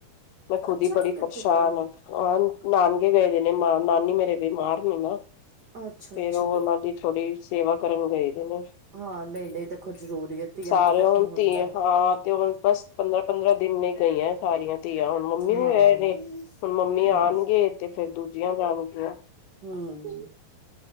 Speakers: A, on the left; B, on the right.
A: ਮੈਂ ਖੁਦ
B: ਅੱਛਾ
A: ਈ ਬੜੀ
B: ਕਿੱਥੇ
A: ਪਰਸ਼ਾਨ
B: ਗਏ ਹੋਏ
A: ਆ। ਆ ਨਾਨਗੇ ਗਏ ਦੇ ਨੇ, ਨਾਨੀ ਮੇਰੇ ਬਿਮਾਰ ਨੇ ਨਾ।
B: ਅੱਛਾ-ਅੱਛਾ
A: ਫੇਰ ਓ ਓਨਾਂ ਦੀ ਥੋੜੀ ਸੇਵਾ ਕਰਨ ਗਏ ਦੇ ਨੇ।
B: ਹਾਂ ਨਈ ਨਈ ਦੇਖੋ ਜ਼ਰੂਰੀ ਐ, ਧੀਆਂ
A: ਸਾਰੇ
B: ਨੂੰ ਤੇ ਦੇਖੋ
A: ਹੁਣ
B: ਹੁੰਦਾ।
A: ਧੀ ਹਾਂ ਤੇ ਹੁਣ ਬਸ ਪੰਦਰਾਂ -ਪੰਦਰਾਂ ਦਿਨ ਲਈ ਗਈਆਂ ਸਾਰੀਆਂ ਧੀਆਂ। ਹੁੁਣ ਮੰਮੀ
B: ਹਾਂ
A: ਵੀ ਆਏ ਨੇ। ਹੁਣ ਮੰਮੀ
B: ਹੂੰ-ਹੂੰ
A: ਆਣਗੇ ਤੇ ਫੇਰ ਦੂਜੀਆਂ ਜਾਣ ਗੀਆਂ।
B: ਹੂੰ